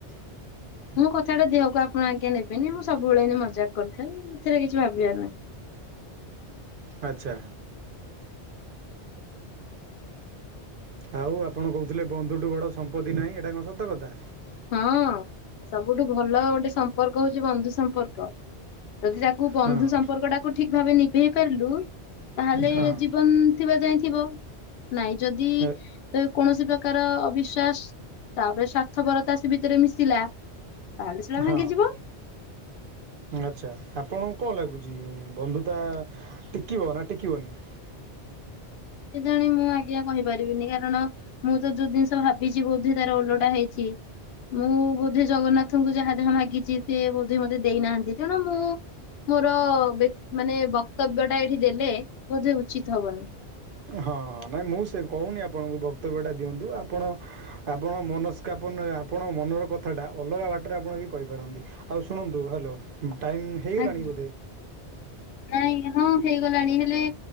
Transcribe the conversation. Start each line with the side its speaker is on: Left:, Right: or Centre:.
Right: <inaudible>
Left: ମୁଁ କଥାଟା ଦେହକୁ ଆପଣ ଆଜ୍ଞା ନେବେନି ମୁଁ ସବୁବେଳେ ହିନି ମଜା କରିଥାଏ ମୁ ଏଥିରେ କିଛି ଭାବିବାର ନାହିଁ।
Right: ଆଛା ଆଉ ଆପଣ କହୁଥିଲେ ବନ୍ଧୁଠୁ ବଡ ସମ୍ପତ୍ତି ନାହିଁ, ଏଇଟା କଣ ସତ କଥା।
Left: ହଁ ସବୁଠୁ ଭଲ ଗୋଟେ ସମ୍ପର୍କ ହଉଛି ବନ୍ଧୁ ସମ୍ପର୍କ। ଯଦି ତାକୁ ବନ୍ଧୁ
Right: ହଁ
Left: ସମ୍ପର୍କ ଟାକୁ ଠିକ ଭାବେ ନିଭେଇ ପାରିଲୁ ତାହେଲେ
Right: ହଁ
Left: ଜୀବନ ଥିବା ଯାଇଥିବ ନାଇଁ ଯଦି
Right: ଏ
Left: ତ କୌଣସି ପ୍ରକାର ଅବିଶ୍ଵାସ, ତାପରେ ସ୍ୱାର୍ଥପରତା ସେ ଭିତରେ ମିଶିଲା ତାହେଲେ ସେଟା
Right: ହଁ
Left: ଭାଙ୍ଗିଯିବ
Right: ଅ ଆଛା ଆପଣଙ୍କୁ କଣ ଲାଗୁଛି ବନ୍ଧୁତା ଟିକିବ ନା ଟିକିବନି
Left: କେଜାଣି, ମୁଁ ଆଜ୍ଞା କହିପାରିବିନି କାରଣ ମୁଁ ତ ଯୋଉ ଜିନିଷ ଭାବିଛି ବୋଧେ, ତାର ଓଲଟା ହେଇଛି। ମୁଁ ବୋଧେ ଜଗନ୍ନାଥଙ୍କୁ ଯାହା ଯାହା ମାଗିଛି ସେ ବୋଧେ ମୋତେ ଦେଇନାହାନ୍ତି ତେଣୁ ମୁଁ ମୋର ବେ ମାନେ ବକ୍ତବ୍ୟ ଟା ଏଇଠି ଦେଲେ ବୋଧେ ଉଚିତ ହବନି।
Right: ହଁ ହଁ ନାଇଁ ମୁଁ ସେ କହୁନି ଆପଣଙ୍କୁ ବକ୍ତବ୍ୟଟା ଦିଅନ୍ତୁ ଆପଣ ଆପଣ ମନସ୍କାପନ ଆପଣ ମନର କଥା ଟା ଅଲଗା ବାଟରେ ଆପଣ ବି କହିପାରନ୍ତି ଆଉ ଶୁଣନ୍ତୁ ହାଲୋ ଟାଇମ୍ ହେଇଗଲାଣି
Left: ଆଜ୍ଞା,
Right: ବୋଧେ
Left: ନାଇଁ ହଁ ହେଇଗଲାଣି ହେଲେ